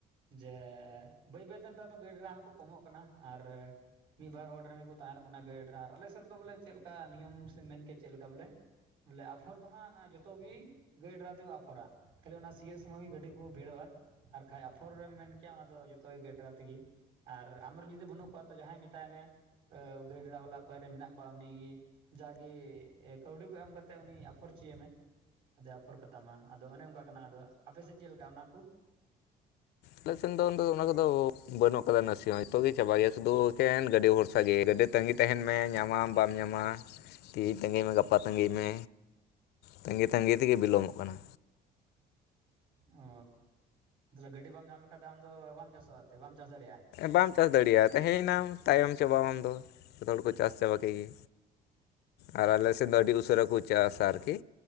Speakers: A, on the right; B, on the left.
A: ᱡᱮ ᱵᱟᱹᱭ ᱵᱟᱹᱭᱛᱮ ᱱᱮᱛᱟᱨ ᱫᱚ ᱜᱟᱹᱭ ᱰᱟᱝᱜᱽᱨᱟ ᱦᱚᱸᱠᱚ ᱠᱚᱢᱚᱜ ᱠᱟᱱᱟ ᱟᱨ ᱢᱤᱫ ᱵᱟᱨ ᱦᱚᱲ ᱨᱮᱱ ᱠᱚ ᱛᱟᱦᱮᱱᱚᱜ ᱠᱟᱱᱟ ᱜᱟᱹᱭᱤᱰ ᱨᱮ ᱟᱨ ᱟᱞᱮ ᱥᱮᱫ ᱫᱚ ᱵᱚᱞᱮ ᱪᱮᱫ ᱞᱮᱠᱟ ᱱᱤᱭᱚᱢ ᱥᱮ ᱢᱮᱱ ᱠᱮ ᱪᱮᱫ ᱞᱮᱠᱟ ᱵᱚᱞᱮ ᱵᱚᱞᱮ ᱟᱯᱷᱚᱨ ᱫᱚ ᱦᱟᱸᱜ ᱡᱚᱛᱚ ᱜᱮ ᱜᱟᱹᱭ ᱰᱨᱟ ᱛᱮᱠᱚ ᱟᱯᱷᱚᱨᱟ ᱠᱷᱟᱹᱞᱤ ᱚᱱᱟ ᱥᱤᱭᱳᱜ ᱥᱚᱢᱚᱭ ᱜᱮ ᱜᱟᱹᱰᱤ ᱠᱚ ᱵᱷᱤᱲᱟᱹᱣᱟ ᱟᱨ ᱠᱷᱟᱱᱡ ᱟᱯᱷᱚᱨ ᱨᱮᱢ ᱢᱮᱱ ᱠᱮᱭᱟ ᱚᱱᱟ ᱫᱚ ᱡᱚᱛᱚᱭ ᱜᱮᱰᱨᱟ ᱛᱮᱜᱮ ᱟᱨ ᱟᱢᱨᱮᱱ ᱡᱩᱫᱤ ᱵᱟᱹᱱᱩᱜ ᱠᱚᱣᱟ ᱛᱚ ᱡᱟᱦᱟᱸᱭ ᱢᱮᱛᱟᱭ ᱢᱮ ᱜᱟᱹᱭ-ᱰᱟᱹᱝᱜᱨᱟ ᱵᱟᱞᱟ ᱚᱠᱚᱭ ᱨᱮᱱ ᱢᱮᱱᱟᱜ ᱠᱚᱣᱟ ᱩᱱᱤᱜᱮ ᱡᱟᱜᱮ ᱠᱟᱹᱣᱰᱤ ᱠᱚ ᱮᱢ ᱠᱟᱛᱮ ᱩᱱᱤ ᱟᱯᱷᱚᱨ ᱡᱤᱪᱚᱭ ᱢᱮ ᱟᱫᱚ ᱚᱯᱷᱚᱨ ᱠᱟᱛᱟᱢᱟ ᱟᱫᱚ ᱚᱱᱮ ᱚᱱᱠᱟ ᱠᱟᱱᱟ ᱟᱫᱚ ᱟᱯᱮ ᱥᱮᱫ ᱪᱮᱫ ᱞᱮᱠᱟ ᱚᱱᱟ ᱠᱚ
B: ᱟᱞᱮ ᱥᱮᱱ ᱫᱚ ᱚᱱᱟ ᱠᱚᱫᱚ ᱵᱟᱹᱱᱩᱜ ᱟᱠᱟᱫᱟ ᱱᱟᱥᱮ ᱦᱚᱸ ᱱᱤᱛᱚᱜ ᱜᱮ ᱪᱟᱵᱟᱜ ᱜᱮᱭᱟ ᱥᱩᱫᱩ ᱮᱠᱮᱱ ᱜᱟᱹᱰᱤ ᱵᱷᱚᱨᱥᱟ ᱜᱮ ᱜᱟᱹᱰᱤ ᱛᱮ ᱛᱟᱺᱜᱤ ᱛᱟᱦᱮᱱ ᱢᱮ ᱧᱟᱢᱟᱢ ᱵᱟᱢ ᱧᱟᱢᱟᱢ ᱛᱤᱦᱤᱧ ᱛᱟᱹᱜᱤᱭ ᱢᱮ ᱜᱟᱯᱟ ᱛᱟᱹᱜᱤᱭ ᱢᱮ ᱛᱟᱸᱜᱤ - ᱛᱟᱸᱜᱤ ᱛᱮᱜᱮ ᱵᱤᱞᱚᱢᱚᱜ ᱠᱟᱱᱟ᱾
A: ᱚᱻ ᱛᱚᱞᱮ ᱜᱟᱹᱰᱤ ᱵᱟᱢ ᱧᱟᱢ ᱞᱮᱠᱷᱟᱱᱡ ᱫᱚ ᱟᱢ ᱫᱚ ᱵᱟᱢ ᱪᱟᱥᱚᱜᱼᱟ᱾ ᱮᱱᱛᱮᱫ ᱵᱟᱢ ᱪᱟᱥ ᱫᱟᱲᱮᱭᱟᱜᱼᱟ
B: ᱵᱟᱢ ᱪᱟᱥ ᱫᱟᱲᱮᱭᱟᱜᱼᱟ᱾ ᱛᱟᱦᱮᱸᱭᱱᱟᱢ ᱛᱟᱭᱚᱢ ᱪᱟᱵᱟᱢ ᱟᱢ ᱩᱱᱫᱚ ᱪᱟᱥ ᱪᱟᱵᱟ ᱠᱮᱫ ᱜᱮ ᱟᱨ ᱟᱞᱮᱮᱥᱮᱫ ᱫᱚ ᱟᱹᱰᱤ ᱩᱥᱟᱹᱨᱟ ᱠᱚ ᱪᱟᱥᱟ ᱟᱨᱠᱤ